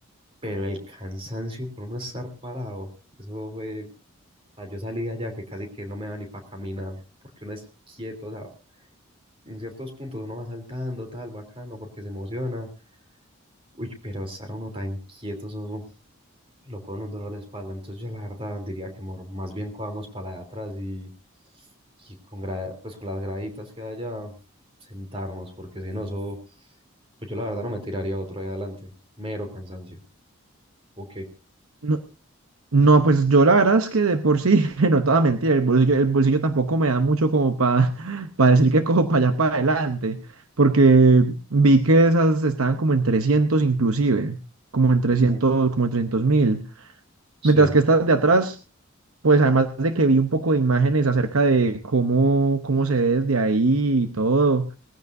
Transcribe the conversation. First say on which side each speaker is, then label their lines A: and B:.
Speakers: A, on the right; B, on the right.
A: pero el cansancio por no estar parado, eso fue, o sea, yo salí de allá que casi que no me da ni para caminar, porque uno es quieto, o sea, en ciertos puntos uno va saltando, tal, bacano, porque se emociona. Uy, pero estar uno tan quieto, eso lo con un dolor de espalda. Entonces yo la verdad diría que mor- más bien cojamos para la de atrás y, y con gra- pues con las graditas que haya sentarnos, porque si no, eso, pues yo la verdad no me tiraría otro ahí adelante. Mero cansancio. Ok.
B: No, no, pues yo la verdad es que de por sí, <laughs> no toda mentira, el bolsillo, el bolsillo tampoco me da mucho como para <laughs> decir que cojo <laughs> para allá para adelante, porque vi que esas estaban como en 300 inclusive, como en trescientos
A: Uf,
B: como en 300 mil,
A: Sí.
B: mientras que estas de atrás, pues además de que vi un poco de imágenes acerca de cómo, cómo se ve desde ahí y todo.